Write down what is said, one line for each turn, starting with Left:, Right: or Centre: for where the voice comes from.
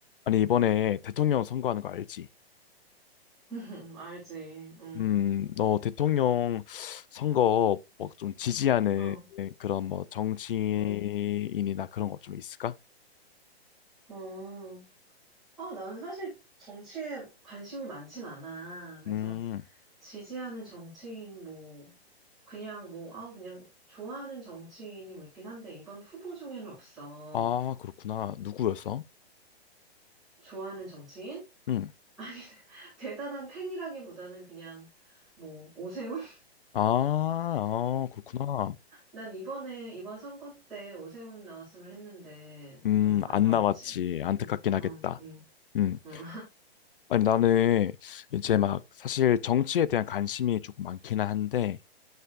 Left: 아니, 이번에 대통령 선거하는 거 알지?
Centre: <laughs> 알지. 응.
Left: 음, 너 대통령 선거 뭐 좀 지지하는
Centre: 응.
Left: 그런 뭐 정치인이나
Centre: 응.
Left: 그런 거 좀 있을까?
Centre: 어. 아, 나는 사실 정치에 관심이 많진 않아. 그래서
Left: 음,
Centre: 지지하는 정치인 뭐 그냥 뭐 아, 그냥 좋아하는 정치인이 뭐 있긴 한데 이번 후보 중에는 없어.
Left: 아, 그렇구나. 누구였어?
Centre: 좋아하는 정치인?
Left: 음,
Centre: 아니, <laughs> 대단한 팬이라기보다는 그냥 뭐 오세훈? <laughs>
Left: 아, 아, 그렇구나.
Centre: 난 이번에 이번 선거 때 오세훈 나왔으면 했는데
Left: 음,
Centre: 어, 안
Left: 안
Centre: 나왔지.
Left: 나왔지. 안타깝긴
Centre: 응.
Left: 하겠다.
Centre: 응. 응.
Left: 음,
Centre: 응.
Left: 아니, 나는 이제 막 사실 정치에 대한 관심이 조금 많기는 한데,